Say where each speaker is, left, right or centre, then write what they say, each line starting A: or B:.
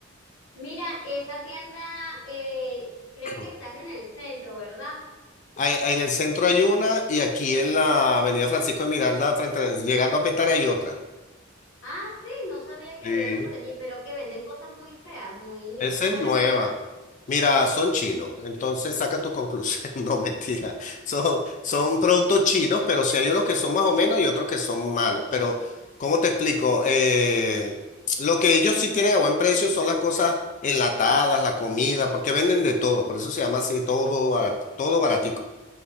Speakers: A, on the left; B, on the left.
A: Mira, esa tienda, eh, creo
B: <clears throat>
A: que estás en el centro, ¿verdad?
B: Hay- en el centro hay una y aquí en la Avenida Francisco de Miranda, frente, a- llegando a Petare hay otra.
A: Ah, sí, no sabía que
B: Sí.
A: había una por allí, pero que venden cosas muy feas, muy
B: Esa
A: de
B: es
A: mala
B: nueva.
A: calidad,
B: Mira, son chinos, entonces saca tu conclusión. <laughs> No, mentira. Son, son productos chinos, pero sí hay unos que son más o menos y otros que son malos. Pero, ¿cómo te explico? Eh, lo que ellos sí tienen a buen precio son las cosas enlatadas, la comida, porque venden de todo. Por eso se llama así, todo, barat- todo baratico.